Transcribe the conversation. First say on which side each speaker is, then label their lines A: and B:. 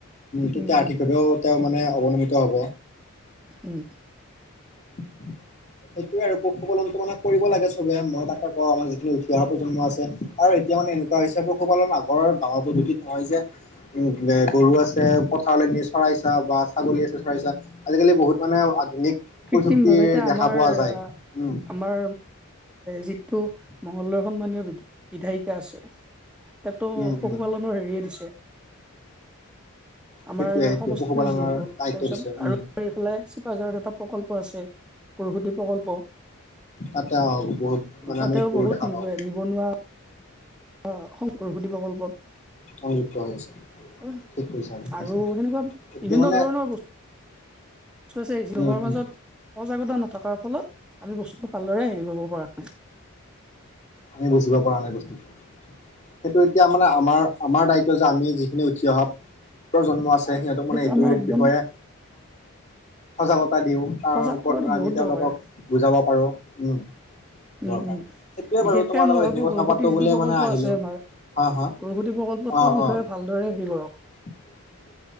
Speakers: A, on the left; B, in the centre.
A: তেতিয়া
B: উম,
A: আৰ্থিকভাৱেও
B: উম,
A: তেওঁ মানে অৱনমিত হ'ব
B: উম,
A: <unintelligible> সেইটোৱে আৰু পশুপালনটো মানে কৰিব লাগে চবে মই তাকে ক আমাৰ যিখিনি উঠি অহাৰ প্ৰজন্ম আছে আৰু এতিয়া মানে এনেকুৱা হৈছে পশুপালন আগৰ গাঁৱৰ পদ্ধতিত নহয় যে উম গৰু আছে পথাৰ চৰাই চা বা ছাগলী আছে চৰাইচা আজিকালি বহুত মানে আধুনিক
B: কৃত্ৰিম
A: প্ৰযুক্তিৰ
B: ভাৱে
A: দেখা
B: আমাৰ
A: পোৱা যায়
B: আহ
A: উম
B: আমাৰ যিটো মঙগলদয় সন্মানীয় বিদুৎ বিধায়িকা আছে তাতো
A: উম
B: পশুপালনৰ
A: উম
B: হেৰিয়ে দিছে আমাৰ
A: সেইটোৱে সেইটোৱে
B: সমষ্টিও
A: পশুপালনৰ
B: যিহেতু
A: দায়িত্ব
B: তাৰপিছত
A: দিছে উম
B: আৰু এইফালে চিপাঝাৰত এটা প্ৰকল্প আছে কৰৰষূতি প্ৰকল্প
A: তাতে অ বহুত মানে
B: তাতেও
A: আমি গৰু
B: বহুত
A: দেখা পাওঁ
B: নিবনুৱা অ শংকৰসতি প্ৰকল্পত
A: সংযুক্ত হৈ আছে ঠিক কৈছা ঠিক কৈছা
B: আৰু সেনেকুৱা বিভিন্ন
A: এতিয়া মানে
B: ধৰণৰ বস্তু আছে যিহৰ
A: উম
B: মাজত
A: উম
B: সজাগতা নথকাৰ ফলত আমি বস্তু ভালদৰে হেৰি কৰিব পৰা নাই
A: আমি বুজিব পৰা নাই বস্তুটো সেইটো এতিয়া মানে আমাৰ আমাৰ দায়িত্ব যে আমি যিখিনি উঠি অহা প্ৰজন্ম আছে সিহঁতক
B: সেইটো
A: মানে এইটোৰ
B: আমাৰ একদম
A: বিষয়ে সজাগতা দিওঁ তাৰ
B: সজাগ
A: ওপৰত
B: কৰাটো বহুত
A: আমি তেওঁলোকক
B: দৰকাৰ
A: বুজাব পাৰোঁ উম
B: উম
A: দৰকাৰ
B: উম
A: সেইটোয়ে
B: বিশেষকে
A: বাৰু তোমাৰ লগত
B: মই ভাবো
A: এইখিনি কথা
B: বৰষুতিৰ
A: পাতো বুলিয়ে
B: যিটো প্ৰকল্প
A: মানে আহিলো
B: আছে আমাৰ
A: হা হা
B: বৰখুতি প্ৰকল্পটোৰ
A: অ
B: বিষয়ে
A: অ
B: ভালদৰে হেৰি কৰক
A: <unintelligible>